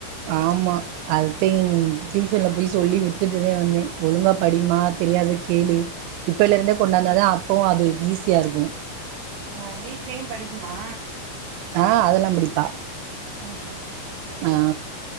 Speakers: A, on the right; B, on the right.
A: ஆமா அடுத்த டியூஷன்ல போய் சொல்லி விட்டுதுட்டுதே வந்தே ஒழுங்கா படிமா தெரியாத கேளு இப்பல இருந்தே
B: ம்
A: கொண்டாந்தா தா அப்போவு அது ஈசி தியா இருக்கு
B: ஆ வீட்லயு படிக்குமா
A: ஆ அதெல்லா படிப்பா
B: ம் சேரி
A: ஆ
B: சேரி